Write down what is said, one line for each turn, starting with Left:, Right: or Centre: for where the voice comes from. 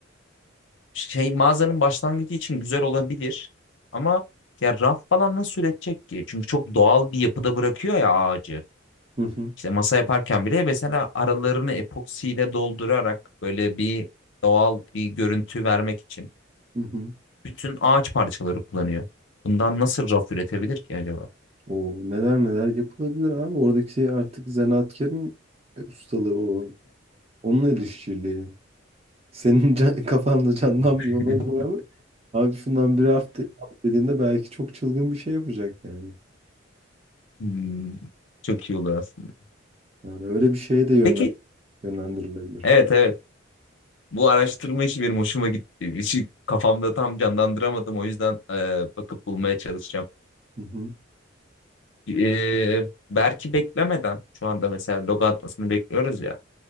Left: şey mağazanın başlangıcı için güzel olabilir. Ama ya raf falan nasıl üretecek ki? Çünkü çok doğal bir yapıda bırakıyor ya ağacı.
Right: Hı hı.
Left: İşte masa yaparken bile mesela aralarını epoksiyle doldurarak böyle bir doğal bir görüntü vermek için.
Right: Hı hı.
Left: Bütün ağaç parçaları kullanıyor. Bundan nasıl raf üretebilir ki acaba?
Right: O neler neler yapılabilir abi. Oradaki şey artık zanaatkarın e, ustalığı o. Onunla el işçiliği. Senin can, <laughs> kafanda canlanmıyor
Left: <laughs>
Right: olabilir ama abi şundan bir hafta yap dediğinde belki çok çılgın bir şey yapacak yani.
Left: Hmm, çok iyi olur aslında.
Right: Yani öyle bir şeye de yönlen-
Left: Peki,
Right: yönlendirilebilir.
Left: evet evet. Bu araştırma işi benim hoşuma gitti. <laughs> İşi kafamda tam canlandıramadım. O yüzden e, bakıp bulmaya çalışacağım.
Right: Hı hı,
Left: E, belki beklemeden, şu anda mesela logo atmasını bekliyoruz ya.